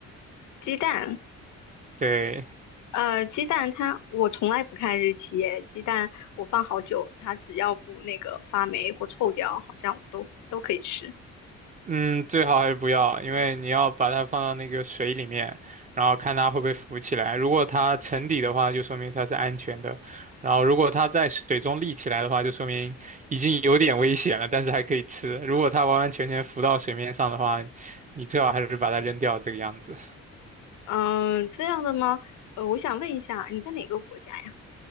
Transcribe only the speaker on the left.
鸡蛋，
呃，鸡蛋它我从来不看日期耶，鸡蛋我放好久，它只要不那个发霉或臭掉，好像我都都可以吃。
嗯，这样的吗？呃，我想问一下，你在哪个国家呀？